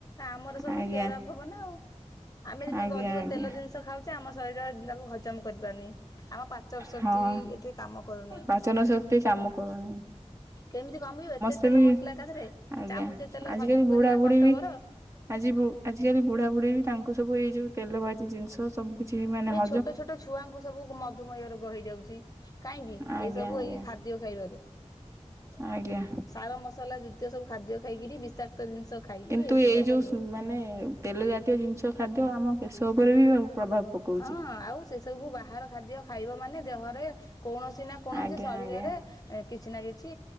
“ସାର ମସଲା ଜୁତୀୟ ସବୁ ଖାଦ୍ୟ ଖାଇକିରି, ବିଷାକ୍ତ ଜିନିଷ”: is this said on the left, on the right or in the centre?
Left